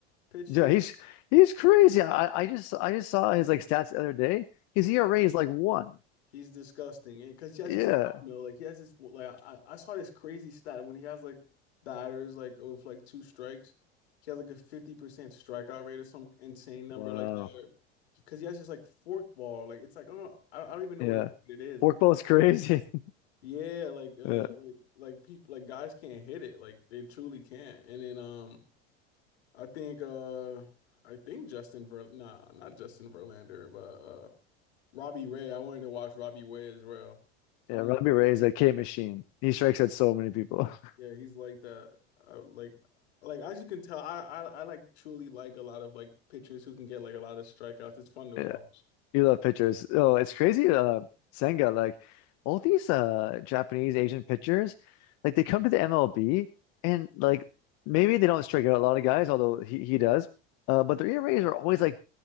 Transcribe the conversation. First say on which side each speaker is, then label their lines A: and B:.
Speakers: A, on the left; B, on the left.
A: pitch
B: Yeah,
A: today.
B: he's he's crazy. I, I just I just saw his like stats the other day. His ERA is like one.
A: He's disgusting, and because he has
B: Yeah.
A: this like I don't know, like he has this like I, I saw this crazy stat when he has like batters like with like two strikes, he has like a 50% strikeout rate or some insane number
B: Wow.
A: like that. Because he has this like forkball, like it's like oh I, I don't even know
B: Yeah.
A: what it is.
B: Forkball's crazy. <laughs>
A: Yeah, like uh
B: Yeah.
A: like like people like guys can't hit it, like they truly can't. And then um I think uh I think Justin Ver nah not Justin Verlander but uh Robbie Ray. I wanted to watch Robbie Ray as well. I
B: Yeah.
A: don't
B: Robbie
A: know if
B: Ray
A: you,
B: is a K machine. He strikes at so many people. <laughs>
A: yeah, he's like that. Uh, like, like as you can tell, I, I I like truly like a lot of like pitchers who can get like a lot of strikeouts. It's fun to watch.
B: Yeah. You love pitchers. Oh, it's crazy. Uh, Senga, like all these uh Japanese Asian pitchers, like they come to the MLB and like maybe they don't strike out a lot of guys, although he, he does. Uh, but their ERAs are always like